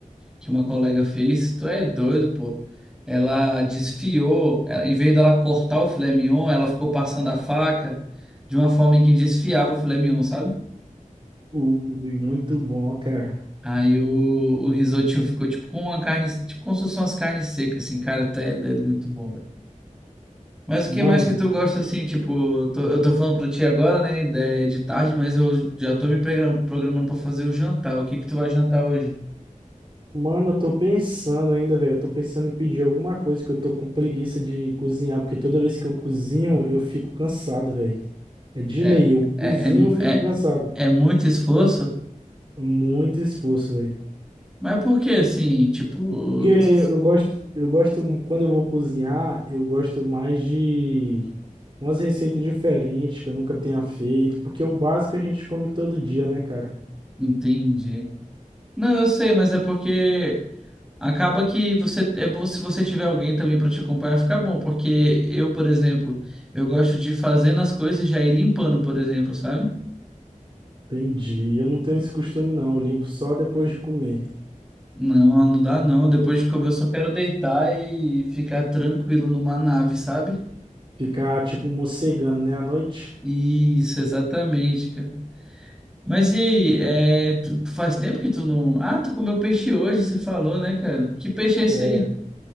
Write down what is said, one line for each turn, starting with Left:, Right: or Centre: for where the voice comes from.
Centre: que uma colega fez, tu é doido, pô. Ela desfiou, ela- em vez dela cortar o filé mignon, ela ficou passando a faca de uma forma em que desfiava o filé mignon, sabe?
Right: Ui, muito bom, ó, cara.
Centre: Aí o, o risotinho ficou tipo com uma carne, tipo como se fossem umas carnes secas, assim, cara, até é doido, muito bom, velho. Mas o
Right: Mano,
Centre: que mais que tu gosta assim, tipo, eu tô, eu tô falando pra ti agora, né, de, de tarde, mas eu já tô me pregra- programando pra fazer o jantar. O que que tu vai jantar hoje?
Right: Mano, eu tô pensando ainda, velho. Eu tô pensando em pedir alguma coisa que eu tô com preguiça de cozinhar, porque toda vez que eu cozinho, eu fico cansado, velho. É de
Centre: É,
Right: lei, eu
Centre: é,
Right: cozinho, eu fico
Centre: é, é,
Right: cansado.
Centre: é muito esforço?
Right: Muito esforço, velho.
Centre: Mas por que assim, tipo,
Right: Porque
Centre: tu-
Right: eu eu gosto, eu gosto, quando eu vou cozinhar, eu gosto mais de umas receitas diferentes que eu nunca tenha feito, porque é o básico a gente come todo dia, né, cara?
Centre: entendi. Não, eu sei, mas é porque acaba que você é bom se você tiver alguém também pra te acompanhar, fica bom, porque eu, por exemplo, eu gosto de fazendo as coisas e já ir limpando, por exemplo, sabe?
Right: Entendi. Eu não tenho esse costume, não. Eu limpo só depois de comer.
Centre: Não, não dá não. Depois de comer, eu só quero deitar e ficar tranquilo numa nave, sabe?
Right: Ficar, tipo, mocegando, né, à noite.
Centre: Isso, exatamente, cara. Mas e aí, é, tu, tu faz tempo que tu não. Ah, tu comeu peixe hoje, você falou, né, cara? Que peixe é esse
Right: É,
Centre: aí?